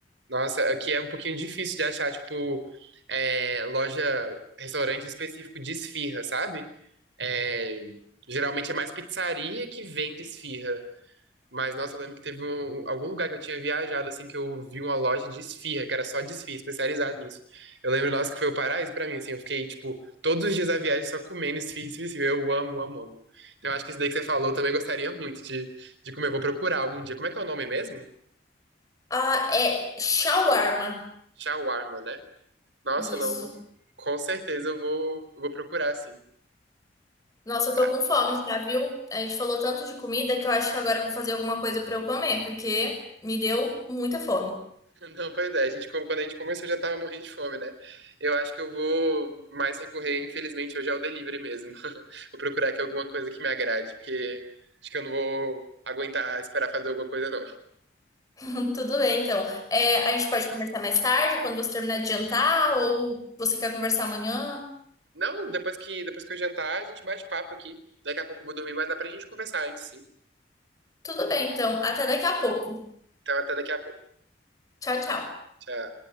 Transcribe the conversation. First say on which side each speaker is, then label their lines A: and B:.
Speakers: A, on the right; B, on the left.
A: Nossa, aqui é um pouquinho difícil de achar, tipo, é, loja, restaurante específico de esfirra, sabe? É, geralmente é mais pizzaria que vende esfirra. Mas, nossa, eu lembro que teve um, um, algum lugar que eu tinha viajado, assim, que eu vi uma loja de esfirra, que era só de esfirra, especializado nisso. Eu lembro, nossa, que foi o paraíso pra mim, assim, eu fiquei, tipo, todos os dias da viagem só comendo esfirra, esfirra, esfirra. Eu amo, amo, amo. Então, eu acho que isso daí que você falou, eu também gostaria muito de, de comer. Eu Vou procurar algum dia. Como é que é o nome mesmo?
B: Ah, é shawarma.
A: Shawarma, né? Nossa,
B: Isso.
A: não. Com certeza eu vou, eu vou procurar, sim.
B: Nossa, eu
A: Ah,
B: tô com fome já, viu? A gente falou tanto de comida que eu acho que agora eu vou fazer alguma coisa pra eu comer, porque me deu muita fome.
A: Não, pois é, a gente, como- quando a gente começou já tava morrendo de fome, né? Eu acho que eu vou mais recorrer, infelizmente, hoje ao delivery mesmo. <laughs> Vou procurar aqui alguma coisa que me agrade, porque acho que eu não vou aguentar esperar fazer alguma coisa, não.
B: <laughs> Tudo bem, então. É, a gente pode conversar mais tarde, quando você terminar de jantar, ou você quer conversar amanhã.
A: Não, depois que, depois que eu jantar, a gente bate papo aqui. Daqui a pouco eu vou dormir, mas dá pra gente conversar antes, sim.
B: Tudo bem, então. Até daqui a pouco.
A: Então até daqui a pouco.
B: Tchau, tchau.
A: Tchau.